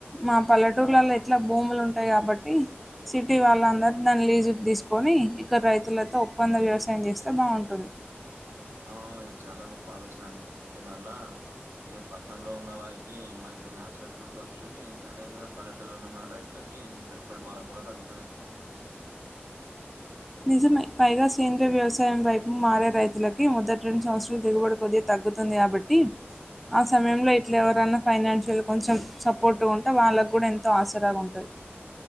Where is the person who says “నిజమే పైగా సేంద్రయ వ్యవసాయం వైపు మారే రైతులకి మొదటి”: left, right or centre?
Centre